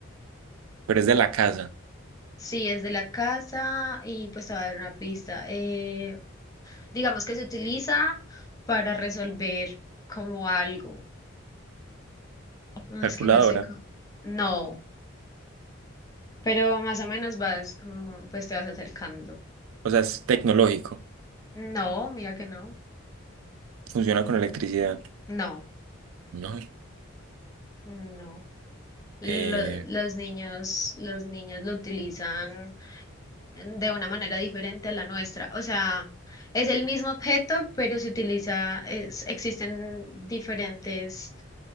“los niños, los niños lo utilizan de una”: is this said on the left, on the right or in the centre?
Left